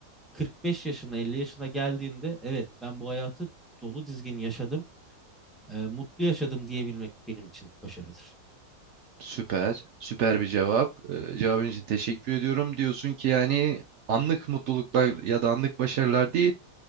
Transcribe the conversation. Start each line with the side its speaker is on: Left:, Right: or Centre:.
Centre: 45 yaşına, 50 yaşına geldiğinde evet ben bu hayatı dolu dizgin yaşadım, e, mutlu yaşadım diyebilmek benim için başarıdır.
Right: Süper. Süper bir cevap. Ee, cevabın için teşekkür ediyorum. Diyorsun ki yani anlık mutluluklar ya da anlık başarılar değil,